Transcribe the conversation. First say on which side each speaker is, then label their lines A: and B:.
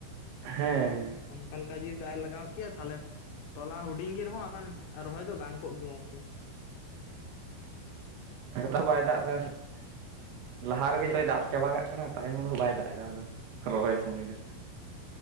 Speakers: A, on the right; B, on the left.
A: ᱦᱮᱸ
B: ᱚᱱᱠᱟ ᱞᱮᱠᱟ ᱡᱩᱫᱤ ᱫᱟᱜ ᱮ ᱞᱟᱜᱟᱣ ᱠᱮᱭᱟ ᱛᱟᱦᱚᱞᱮ ᱛᱚᱞᱟ ᱦᱩᱰᱤᱧ ᱜᱮ ᱨᱮᱦᱚᱸ ᱮᱠᱷᱚᱱ ᱨᱚᱦᱚᱭ ᱫᱚ ᱜᱟᱱ ᱠᱚᱜ ᱜᱮᱭᱟ ᱟᱨᱠᱤ᱾
A: <unintelligible> ᱞᱟᱦᱟ ᱨᱮᱜᱮ ᱡᱚᱛᱚᱭ ᱫᱟᱜ ᱪᱟᱵᱟ ᱠᱟᱜ ᱠᱟᱱᱟ ᱛᱟᱭᱚᱢ ᱫᱚ ᱵᱟᱭ ᱫᱟᱜ ᱮᱫᱟ ᱨᱚᱦᱚᱭ ᱥᱚᱢᱚᱭ ᱫᱚ᱾